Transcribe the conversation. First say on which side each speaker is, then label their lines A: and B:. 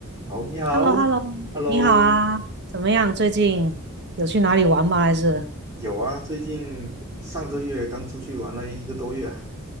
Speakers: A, on the right (about 20°); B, on the right (about 50°).
A: 好，你好，Hello，
B: h e l l o h e l l o 你好啊，怎么样？最近有去哪里玩吗？还是
A: 有啊，最近上个月刚出去玩了一个多月啊